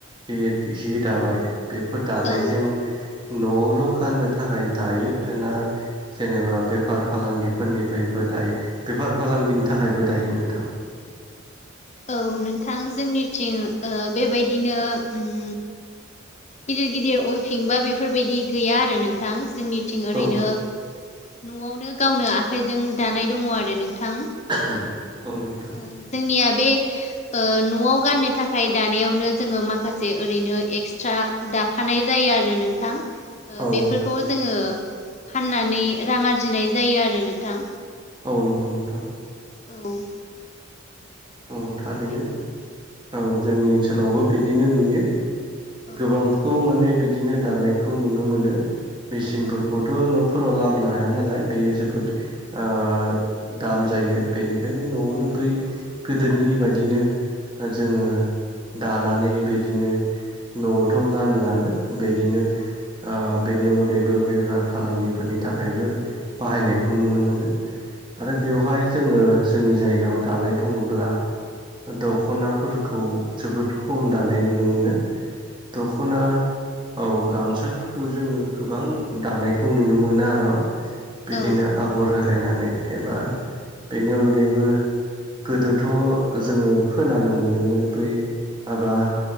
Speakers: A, on the right; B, on the left.
A: हि हि दाबाय बेफोर दानायजों
B: औ
A: न'आवल' गाननो थाखाय दायो ना जेनेबा बेफार फालांगिफोरनिफ्रायबो दायो बेफार फालांगिनि थाखायबो दायो नोंथां
B: औ नोंथां जोंनिथिं ओ बेबायदिनो उम गिदिर गिदिर अइफिं बा बेफोरबायदि गैया आरो नोंथां जोंनि थिं ओरैनो
A: औ
B: न'आवनो गावनो आखाइजों दानाय दङ आरो नोंथां
A: <unintelligible> नोंथां
B: ओ जोंनिया बे ओ न'आव गाननो थाखाय दानायावनो जोङो माखासे ओरैनो एक्सट्रा दाफानाय जायो आरो नोंथां ओ
A: औ
B: बेफोरखौ जोङो फाननानै रां आरजिनाय जायो आरो नोंथां
A: औ नंगौ नोंथां
B: औ
A: औ
B: बेफोरबायदिनो
A: थारैनो औ जोंनि ओनसोलावबो बिदिनो नुयो
B: औ
A: गोबांखौ माने बिदिनो दानायखौ नुनो मोनो मेसििनफोरखौथ'
B: औ
A: न'फोराव लाबोनो हाया नालाय बेयो जोबोद ओ दाम जायो बेनिखायनो न'आवनो बै गोदोनि बाददिनो जोङो दानानै बेदिनो न'आवथ' गानोआनो बिदिनो
B: औ
A: आ बेनि अनगायैबो बेफार फालांगिफोरनि थाखायबो बाहायनायखौ नुनो मोनो आरो बेवहाय
B: औ
A: जोङो जोंनि जायगायाव दानाय बुङोब्ला दख'नाफोरखौ जोबोद खम दानाय नुनो मोनो दख'ना औ गामसाफोरखौ जोङो गोबां दानायखौ नुनो मोनो आरो'
B: औ
A: बिदिनो आगर होलायनानै एबा बेनि अनगायैबो गोदोथ' जोङो खोनानो मोनोमोन बै माबा